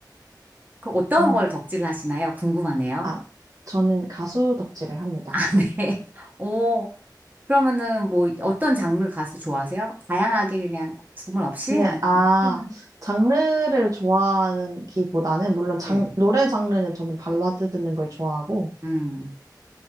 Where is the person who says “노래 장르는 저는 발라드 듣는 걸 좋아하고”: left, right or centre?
Right